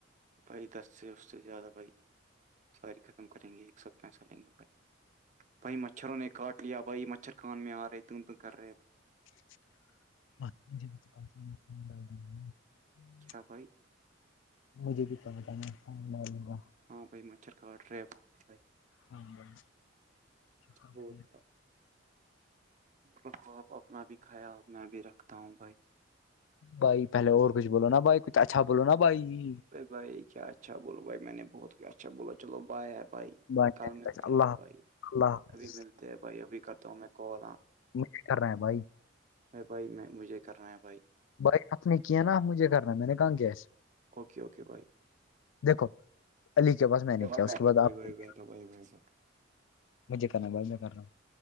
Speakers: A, on the right; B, on the left.
A: بھائی دس سے اس سے زیادہ بھائی ساری ختم کریں گے ایک ساتھ پیسہ لیں گے بھائی بھائی مچھروں نے کاٹ لیا بھائی مچھر کان میں آ رہے ت تو کر رہے بھائی
B: انی کای ڈگ د
A: کیا بھائی
B: مجھے بھی پ تھا میں گا
A: ہاں بھائی مچھر کاٹ رہے بہت بھائی
B: ہاں بھائی کمپلیٹ
A: م بت کا رکھو آپ اپنا بھی خیال میں بھی رکھتا ہوں بھائی
B: بھائی پہلے اور کچھ بولو نا بھائی کچھ اچھا بولو نا بھائی <inaudible>
A: ا بائی کیا اچھا بولو بھائی میں نے بہت کیا اچھا بو چلو بائے آپ بھائی
B: بھائی
A: کل ملتے
B: اللہ
A: ہے بھائی
B: اللہ حافظ
A: ابھی ملتے ہیں بھائی ابھی کرتا ہوں میں کال ہ <inaudible>
B: نہیں کر رہے ہیں بھائی <inaudible>
A: ا بھائی میں مجھے کرنا ہے بھائی <inaudible>
B: بھائی آپ نے کیا نا مجھے کرنا میں نے کہاں کیا <inaudible>
A: اوکے اوکے بائی
B: دیکھو علی کے پاس میں نے
A: اوکے
B: کیا اس کے بعد
A: بھائی
B: آپ
A: بھائی
B: کیا
A: بیٹھو
B: <inaudible>
A: بھائی بھائی بھائی
B: مجھے کرنا بھائی میں کرا ہوں <inaudible>